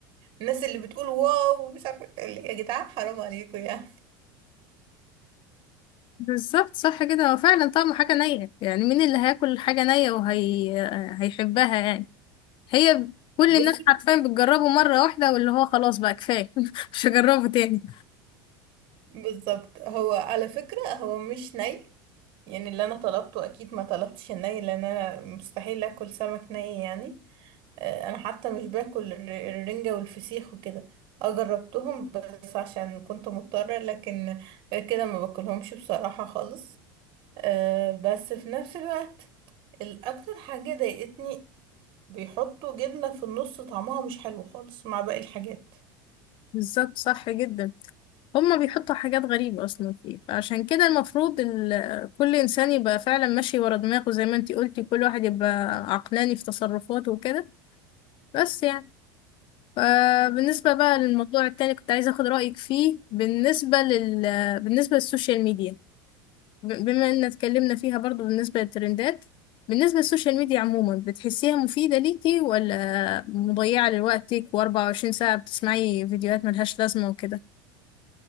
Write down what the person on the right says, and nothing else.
الناس اللي بتقول واو مش عارفة اللي يا جدعان حرام عليكم يعني
بصي
بالظبط هو على فكرة هو مش ني يعني اللي أنا طلبته أكيد ما طلبتش الني لأن أنا مستحيل أكل سمك ني يعني آه، انا حتى مش باكل الر- الرنجة والفسيخ وكده اه جربتهم بس عشان كنت مضطرة لكن غير كده ما باكلهمش بصراحة خالص آه، بس في نفس الوقت الاكتر حاجة ضايقتني بيحطوا جبنة في النص طعمها مش حلو خالص مع باقي الحاجات